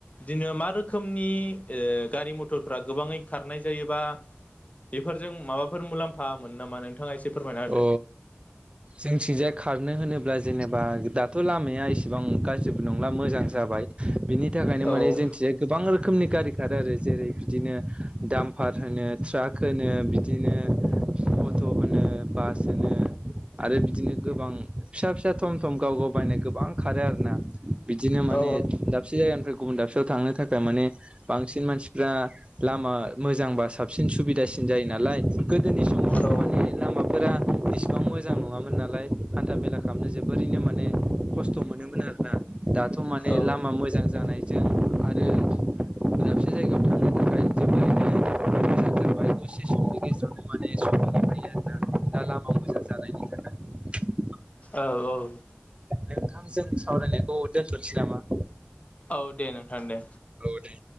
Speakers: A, on the left (about 35°); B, on the right (about 30°).
A: दिनै मा रोख खोमनि ओ गारि मथरफ्रा गोबाङै खारनाय जायोबा बेफोरजों माबाफोर मुलाम्फा मोनो नामा नोंथाङा एसे फोरमायना
B: अ जोंथिंजाय खारनो होनोब्ला जेनेबा दा थ' लामाया इसेबां गाज्रिबो नंला मोजां जाबाय बिनि बेनि थाखायनो
A: होदो।
B: माने जोंथिया गोबां रोखोमनि गारि खारो आरो जेरै बिदिनो दाम पार होनो ट्राक होनो बिदिनो अट' होनो। बास होनो आरो बिदिनो गोबां फिसा फिसा थम थम गाव गाव बायनाय गोबां खारो आरो ना बिदिनो माने
A: औ
B: दाबसे जायगानिफ्राय गुबुन दाबसेयाव थांनो थाखाय माने बांसिन मानसिफ्रा लामा मोजां बास साबसिन सुबिदासिन जायो नालाय गोदोनि समावथ'
A: औ
B: माने लामाफोरा मोजां नङामोन नालाय हान्था मेला खालामनो जोबोरैनो माने खस्थ' मोनोमोन आरोना। दाथ' माने
A: औ
B: लामा मोजां जानाय जों आरो दाबसे जायगायाव थांनो थाखाय जोबोरैनो <inaudible> दसे समनि गेजेरावनो माने सम बारनो हायो आरोना। दा लामा मोजां जानायनि थाखाय।
A: औ औ।
B: नोंथां जों सावरायनायखौ दोनथ'नोसै नामा?
A: औ दे नोंथां दे।
B: औ दे